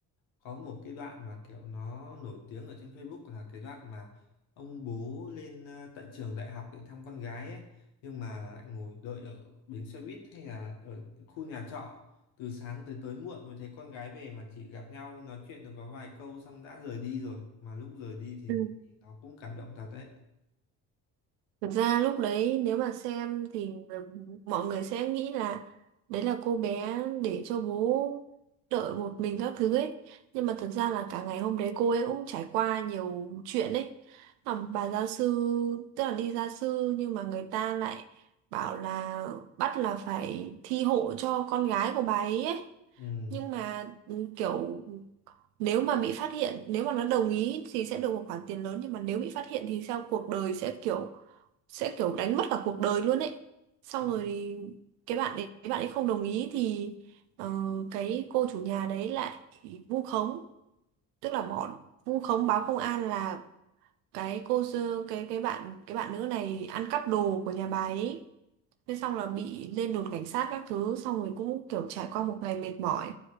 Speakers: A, on the left; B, on the right.
A: có một cái đoạn mà kiểu nó nổi tiếng ở trên Facebook là cái đoạn mà ông bố lên à, tận trường đại học để thăm con gái ấy nhưng mà lại ngồi đợi ở bến xe buýt hay là ở khu nhà trọ từ sáng tới tối muộn mới thấy con gái về mà chỉ gặp nhau nói chuyện được có vài câu xong đã rời đi rồi mà lúc rời đi thì
B: Ừ.
A: nó cũng cảm động thật đấy
B: Thực ra lúc đấy nếu mà xem thì mọi người sẽ nghĩ là đấy là cô bé để cho bố đợi một mình các thứ ấy. Nhưng mà thật ra là cả ngày hôm đấy cô ấy cũng trải qua nhiều chuyện ấy. À, bà gia sư tức là đi gia sư nhưng mà người ta lại bảo là bắt là phải thi hộ cho con gái của bà ấy ấy.
A: ừ,
B: Nhưng mà ừ, kiểu nếu mà bị phát hiện, nếu mà nó đồng ý thì sẽ được một khoản tiền lớn nhưng mà nếu bị phát hiện thì sao cuộc đời sẽ kiểu sẽ kiểu đánh mất cả cuộc đời luôn ấy xong
A: ừ
B: rồi thì cái bạn ấy bạn ấy không đồng ý thì ờ, cái cô chủ nhà đấy lại vu khống tức là bọn vu khống báo công an là cái cô sơ- cái cái bạn cái bạn nữ này ăn cắp đồ của nhà bà ấy thế xong là bị lên đồn cảnh sát các thứ xong rồi cũng kiểu trải qua một ngày mệt mỏi